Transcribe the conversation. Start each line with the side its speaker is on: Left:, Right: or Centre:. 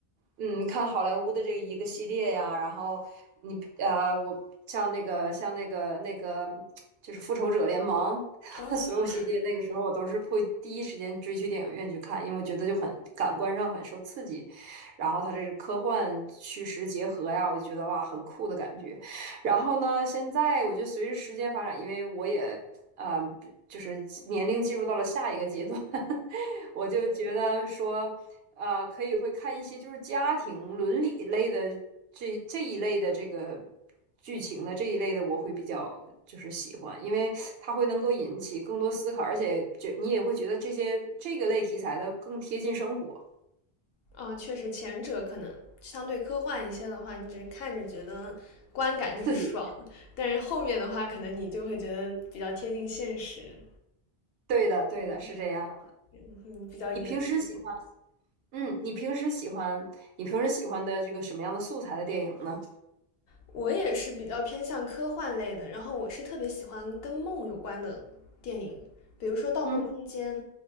Right: 嗯，看好莱坞的这一个系列呀。然后你呃，我像那个像那个那个就是《复仇者联盟》<laughs>
Left: 啊，
Right: 所有系列，那个时候我都是会第一时间追去电影院去看，因为我觉得就很感官上很受刺激。然后它这是科幻虚实结合呀，我就觉得哇，很酷的感觉。然后呢，现在我觉得随着时间发展，因为我也呃，就是年龄进入到了下一个阶段，<laughs> 我就觉得说，呃，可以会看一些就是家庭伦理类的这这一类的这个剧情的这一类的，我会比较就是喜欢，因为它会能够引起更多思考，而且觉你也会觉得这些这个类题材的更贴近生活，
Left: 啊，确实，前者可能相对科幻一些的话，你只是看着觉得观感就是爽，
Right: 刺激。
Left: 但是后面的话，可能你就会觉得比较贴近现实，
Right: 对的，对的，
Left: 对，
Right: 是这样。
Left: 嗯，嗯比较引人思考。
Right: 你平时喜欢？嗯，你平时喜欢你平时喜欢的这个什么样的素材的电影呢？
Left: 我也是比较偏向科幻类的，然后我是特别喜欢跟梦有关的电影，比如说《盗梦空间》，
Right: 嗯